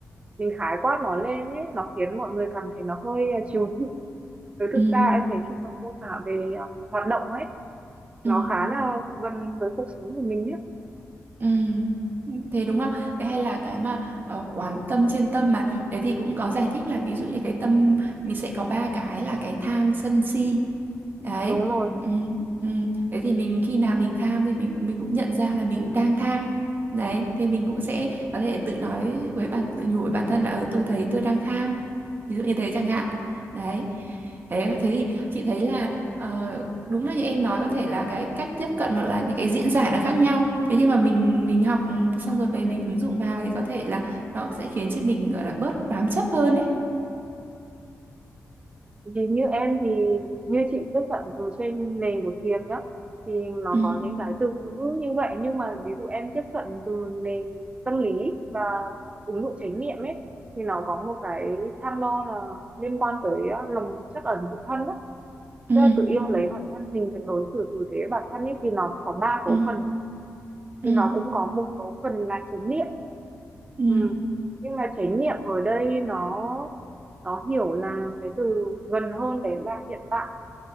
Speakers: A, on the right; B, on the right.
A: mình khái quát nó lên ấy nó khiến mọi người cảm thấy nó hơi ờ, chiều chuộng với thực
B: ừ
A: ra em thấy khi mà mô tả về ờ, hoạt động ấy
B: ừ
A: nó khá là gần với cuộc sống của mình nhé
B: Ừ. Thế
A: Ừ,
B: đúng không? Thế hay là cái mà ờ, quán tâm trên tâm mà thế thì cũng có giải thích là ví dụ như cái tâm mình sẽ có ba cái là cái tham sân si đấy
A: đúng rồi
B: ừ, ừ. Thế thì mình khi nào mình tham thì mình mình cũng nhận ra là mình đang tham đấy thì mình cũng sẽ có thể tự nói với bản tự nhủ với bản thân là ở tôi thấy tôi đang tham ví dụ như thế chẳng hạn đấy thế thế thì chị thấy là ờ, đúng là như em nói có thể là cái cách tiếp cận hoặc là những cái diễn giải nó khác nhau thế nhưng mà mình mình học ừ, xong rồi về mình ứng dụng vào thì có thể là nó sẽ khiến cho mình gọi là bớt bám chấp hơn ấy
A: Vì như em thì như chị tiếp cận từ trên nền của Hiền nhá thì nó
B: ừ
A: có những cái từ ngữ như vậy nhưng mà ví dụ em tiếp cận từ nền tâm lý và ứng dụng chánh niệm ấy thì nó có một cái tham đo là liên quan tới ờ, lòng trắc ẩn tự thân đó
B: ừ
A: tức là tự yêu lấy bản thân mình tự đối xử tử tế với bản thân ấy thì nó có ba cấu
B: ừ
A: phần thì
B: ừ
A: nó cũng có một cấu phần là chánh niệm
B: ừ
A: Ừ. Nhưng mà chánh niệm ở đây nó nó hiểu là cái từ gần hơn đấy là hiện tại